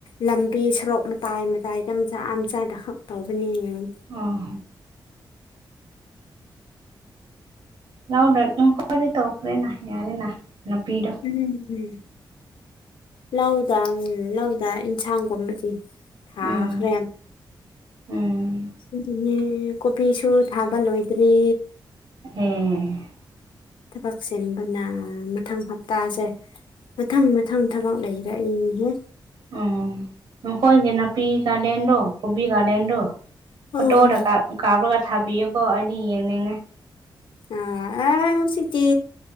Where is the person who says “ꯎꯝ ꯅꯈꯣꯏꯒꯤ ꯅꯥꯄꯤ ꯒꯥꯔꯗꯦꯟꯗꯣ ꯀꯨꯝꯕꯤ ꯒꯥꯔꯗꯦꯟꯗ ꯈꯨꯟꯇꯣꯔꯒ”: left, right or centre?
Right